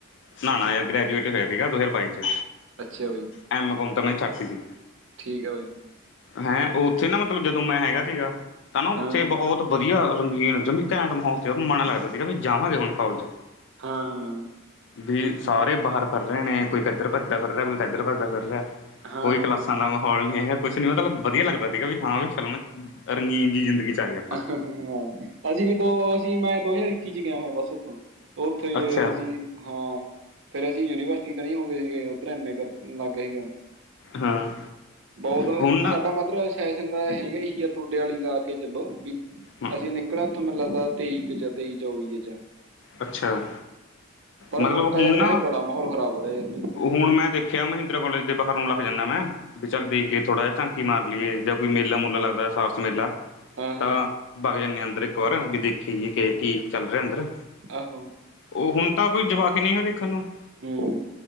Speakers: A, on the left; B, on the right.
A: ਨਾ-ਨਾ ਯਾਰ ਗ੍ਰੈਜੂਏਟ ਹੋਇਆ ਸੀਗਾ, ਦੋ ਹਜ਼ਾਰ ਬਾਈ ਚ
B: ਅੱਛਾ, ਬਾਈ।
A: ਐਮ ਕੋਮ ਤਾਂ ਮੈਂ ਛੱਡਦੀ ਸੀ।
B: ਠੀਕ ਹੈ ਬਾਈ।
A: ਹੈਂ ਉੱਥੇ ਨਾ ਮਤਲਬ ਜਦੋਂ ਮੈਂ ਹੈਗਾ ਸੀਗਾ, ਤਾਂ ਨਾ ਉੱਥੇ
B: ਹਾਂ
A: ਬਹੁਤ ਵਧੀਆ ਰੰਗੀਨ ਜੋ ਘੈਂਟ ਮਾਹੌਲ ਤੇ ਉਹ ਮਨ ਲੱਗਦਾ ਸੀਗਾ, ਵੀ ਜਾਵਾਂਗੇ ਹੁਣ ਕੋਲਜ।
B: ਹਾਂ-ਹਾਂ।
A: ਵੀ ਸਾਰੇ ਬਾਹਰ ਫਿਰ ਰਹੇ ਨੇ ਕੋਈ ਕੱਦਰ ਭੱਤਦਾ ਫਿਰ ਰਿਹਾ, ਕੋਈ ਕਿਦਰ ਭੱਜਦਾ ਫਿਰ ਰਿਹਾ।
B: ਹਾਂ
A: ਕੋਈ ਕਲਾਸਾਂ
B: ਹਾਂ
A: ਦਾ ਮਾਹੌਲ ਇਹ ਕੁਛ ਨਹੀਂ ਮਤਲਬ ਵਧੀਆ ਲੱਗਦਾ ਸੀਗਾ, ਵੀ ਹਾਂ ਵੀ ਫਿਲਮ ਰੰਗੀਨ ਜੀ ਜ਼ਿੰਦਗੀ 'ਚ ਆ ਗਈ।
B: ਹਾਂ ਅਸੀਂ ਵੀ ਦੋ ਅਸੀਂ ਮੈਂ ਦੋ ਹਜ਼ਾਰ ਇੱਕੀ ਚ ਗਿਆ ਹੋਇਆ, ਬਸ ਉਥੋਂ ਉਹ ਉੱਥੇ ਜੇ
A: ਅੱਛਾ
B: ਅਸੀਂ ਹਾਂ ਫੇਰ ਅਸੀਂ ਯੂਨੀਵਰਸਿਟੀ ਕਿ ਨਹੀਂ ਹੋ ਗਏ ਸੀਗੇ, ਉੱਧਰ ਐਮ ਏ ਕਰਨ ਲੱਗ ਗਿਆ ਸੀਗਾ।
A: ਹਾਂ।
B: ਬਹੁਤ
A: ਹੁਣ ਨਾ
B: ਸਾਡਾ ਮਤਲਬ ਸੈਸ਼ਨ ਦਾ ਹੈਗਾ, ਇਹੀ ਆ ਤੁਹਾਡੇ ਆਲੀ ਲਾ ਕੇ ਚਲੋ ਵੀ
A: ਹਾਂ
B: ਅਸੀਂ ਨਿਕਲ ਉੱਥੋਂ ਮੈਨੂੰ ਲੱਗਦਾ, ਤੇਈਕ ਚ ਤੇਈ ਚੌਵੀ ਚ
A: ਅੱਛਾ
B: ਪਰ
A: ਮਤਲਬ
B: ਹੁਣ ਤਾਂ ਯਾਰ ਕਹਂਦੇ
A: ਨਾ
B: ਬੜਾ ਮੋਲ ਖ਼ਰਾਬ ਹੋ ਰੇਆ, ਯਾਰ ਮੈਂ
A: ਹੁਣ ਮੈਂ ਵੇਖਿਆ, ਮਹਿੰਦਰਾ ਕੋਲੇਜ ਦੇ ਬਾਹਰ ਨੂੰ ਲੱਗ ਜਾਂਦਾ, ਮੈਂ ਵੀ ਚੱਲ
B: ਹੂੰ ਹੂੰ
A: ਦੇਖ
B: ਹੂੰ
A: ਕੇ ਥੋੜ੍ਹਾ ਜਿਹਾ <unintelligible> ੀ ਮਾਰ ਲਿਏ ਜਾਂ ਕੋਈ ਮੇਲਾ-ਮੂਲਾ ਲੱਗਦਾ ਸਵਾਸਥ ਮੇਲਾ।
B: ਹਾਂ ਹਾਂ
A: ਤਾਂ ਬਾਗ ਜਾਂਨੇ ਅੰਦਰ ਇੱਕ ਵਾਰ ਵੀ ਦੇਖੀ ਐ ਕਿ-ਕੀ ਚੱਲ ਰਿਆ ਅੰਦਰ।
B: ਆਹੋ।
A: ਓ ਹੁਨ ਤਾਂ ਕੋਈ ਜਵਾਕ ਨਹੀਂ ਹੈ ਦੇਖਨ ਨੂੰ
B: ਹੂੰ